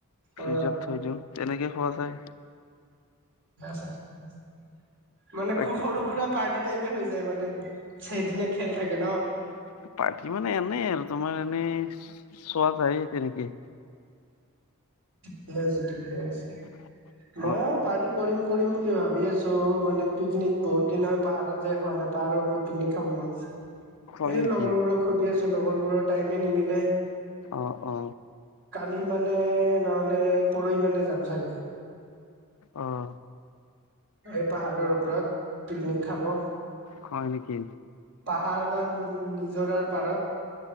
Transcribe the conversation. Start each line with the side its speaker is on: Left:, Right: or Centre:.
Left: ফ্ৰিজত
Right: অ
Left: থৈ দিওঁ তেনেকে খোৱা যায়।
Right: তাৰপিছত আ মানে
Left: বাকী
Right: খু সৰু সুৰা পাৰ্টি টাইপে হৈ যায় মানে। সেইদিনা খেল থাকে ন।
Left: পাৰ্টি মানে এনেই আৰু তোমাৰ এনেই- চোৱ যায়ে তেনেকে।
Right: ঠিকেই আছে, ঠিকেই আছে।
Left: <inaudible>
Right: মইয়ো পাৰ্টি কৰিম- কৰিম বুলি ভাবি আছোঁ মানে পিকনিক বহুত দিন হ'ল পাহাৰত যাই খোৱা নাই পাহাৰৰ ওপৰত। পিকনিক খাব মন আছে।
Left: হয়
Right: এই
Left: নেকি
Right: লগৰবোৰক- সুধি আছোঁ লগৰবোৰৰ টাইমে নিমিলে।
Left: অ অ
Right: কালি মানে- নহ'লে পৰহি মানে যাম চাগে।
Left: অঁ।
Right: সেই পাহাৰৰ ওপৰত পিকনিক খাব।
Left: হয় নেকি?
Right: পাহাৰ বা নি-নিজৰাৰ পাৰত।